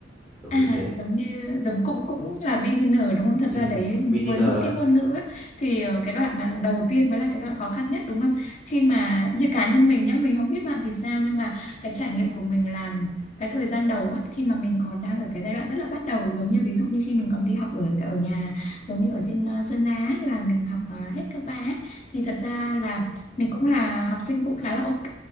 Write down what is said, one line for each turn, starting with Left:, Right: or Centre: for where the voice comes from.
Centre: kiểu
Left: À,
Centre: như thế
Left: giống như giống cũng cũng là beginner đúng không? Thật
Centre: ừ,
Left: ra đấy
Centre: cũng beginner
Left: với mỗi
Centre: thôi
Left: cái ngôn ngữ á, thì ờ, cái đoạn mà đầu tiên mới là cái đoạn khó khăn nhất đúng không? Khi mà như cá nhân mình nhá, mình không biết bạn thì sao nhưng mà cái trải nghiệm của mình làm cái thời gian đầu á khi mà mình còn đang ở cái giai đoạn rất là bắt đầu giống như ví dụ như khi mình còn đi học ở ở nhà giống như ở trên ờ, Sơn Á là mình học ờ, hết cấp 3 á, thì thật ra là mình cũng là học sinh cũng khá là ok